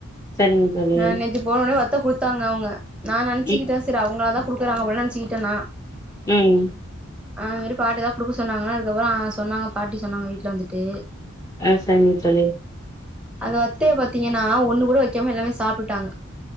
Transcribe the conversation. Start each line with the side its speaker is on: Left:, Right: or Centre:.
Left: சரிங்க தோழி
Centre: நா நேத்தி போன உட்னே வத்த குடுத் தாங்க அவங்க நா நெனச்சிக்கிட்டே
Left: ம்
Centre: செரி அவங்களாதா குடுக்குறங்க போலன்னு நெனச்சுக்கிட்டே நா
Left: ம்
Centre: அது மாரி பாட்டிதா குடுக்க சொன்னாங்கன்னு அதுக்கப்புறோ ஆ சொன்னாங்க பாட்டி சொன்னாங்க வீட்ல வந்துட்டு
Left: ஆ சரிங்க தோழி
Centre: அது பாத் ட்டய பாத்தீங்கன்னா ஒண்ணு கூட வைக்காம எல்லாமே சாப்புட்டாங்க